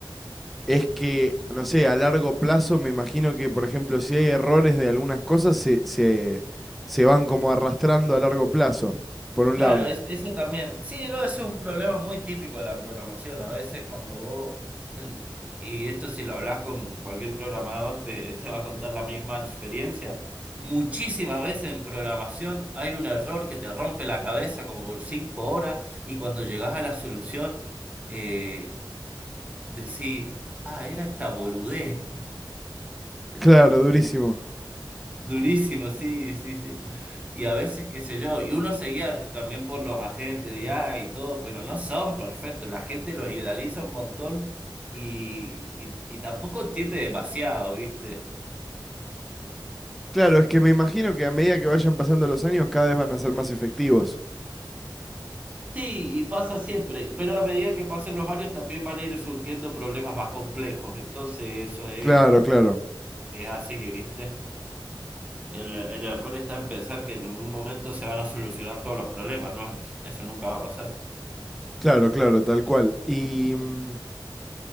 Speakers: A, in the centre; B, on the right.
A: es que, no sé, a largo plazo me imagino que, por ejemplo, si hay errores de algunas cosas, se, se, se van como arrastrando a largo plazo, por un
B: Claro,
A: lado.
B: es, eso también. Sí, no, ese es un problema muy típico de la programación. A veces cuando vos, el- y esto si lo hablas con cualquier programador, te, te va a contar la misma experiencia. Muchísimas veces en programación hay un error que te rompe la cabeza como por cinco horas y cuando llegás a la solución, eh, decís, ah, era esta boludez.
A: Claro, durísimo.
B: Durísimo, sí, sí, sí. Y a veces, qué sé yo, y uno seguía también por los agentes de IA y todo, pero no son perfectos. La gente los idealiza un montón y, y, y tampoco entiende demasiado, ¿viste?
A: Claro, es que me imagino que a medida que vayan pasando los años, cada vez van a ser más efectivos.
B: Sí, y pasa siempre, pero a medida que pasen los años también van a ir surgiendo problemas más complejos. Entonces, eso es,
A: Claro, claro,
B: es así, ¿viste? El, el error está en pensar que en algún momento se van a solucionar todos los problemas, ¿no? Eso nunca va a pasar.
A: claro, claro, tal cual. ¿Y, mm,